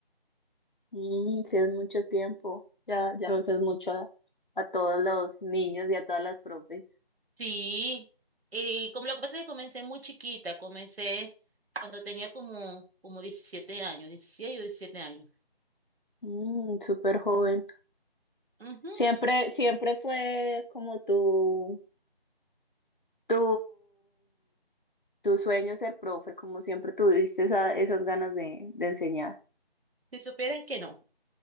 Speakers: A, on the left (about 55°); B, on the right (about 75°).
A: mm, sí, es mucho tiempo. Ya, ya Conoces mucho a, a todos los niños y a todas las profes.
B: Sí, y como lo que pasa es que comencé muy chiquita, comencé cuando tenía como, como 17 años, 16 o 17 años.
A: Mm, súper joven.
B: Ujú.
A: Siempre, siempre fue como tú. Tu, tu sueño es ser profe, como siempre tuviste esa- esas ganas de, de enseñar.
B: Si supieras que no.